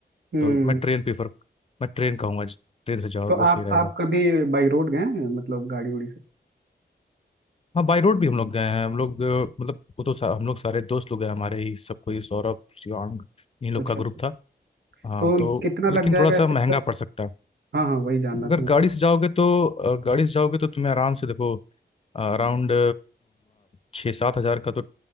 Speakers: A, on the right; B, on the left.
A: हम्म
B: तो मैं ट्रेन प्रीफर मैं ट्रेन कहूँगा ट्रेन से जाओ
A: तो
B: वो सही
A: आप
B: रहेगा
A: आप कभी बाई रोड गए हैं मतलब गाड़ी उड़ी से
B: हाँ बाई रोड भी हम लोग गए हैं हम लोग अ, मतलब वो तो सा, हम लोग सारे दोस्त लोग हैं हमारे ही सब कोई सौरभ शिवांग इन लोग
A: अच्छा
B: का ग्रुप
A: अच्छा
B: था हाँ
A: तो
B: तो
A: कितना
B: लेकिन
A: लग जाएगा
B: थोड़ा सा
A: ऐसे
B: महंगा
A: अगर
B: पड़ सकता है
A: हाँ हाँ वही जानना
B: अगर
A: था मुझे
B: गाड़ी
A: अगर
B: से जाओगे तो अ, गाड़ी से जाओगे तो तुम्हें आराम से देखो अराउंड छः सात हज़ार का तो